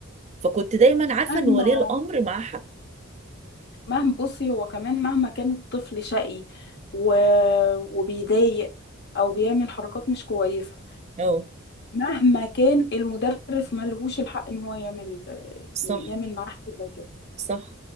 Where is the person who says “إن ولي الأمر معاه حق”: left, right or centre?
Right